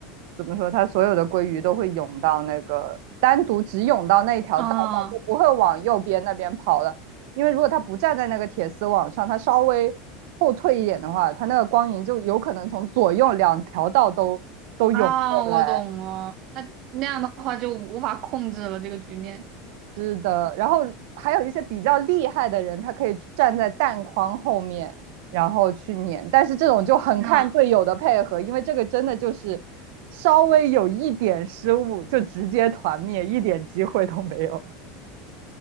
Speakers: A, on the right; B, on the right.
A: 怎么说，他所有的鲑鱼都会涌到那个单独只涌到那一条道上，
B: 嗯啊。
A: 就不会往右边那边跑了。因为如果他不站在那个铁丝网上，他稍微后退一点的话，他那个光影就有可能从左右两条道都都涌过来。
B: 啊，我懂了。那那样的话就无法控制了这个局面。
A: 是的，然后还有一些比较厉害的人，他可以站在弹框后面，然后去撵。但是这种就很看队友的配合，
B: 那、
A: 因为这个真的就是稍微有一点失误就直接团灭，一点机会都没有。<laughs>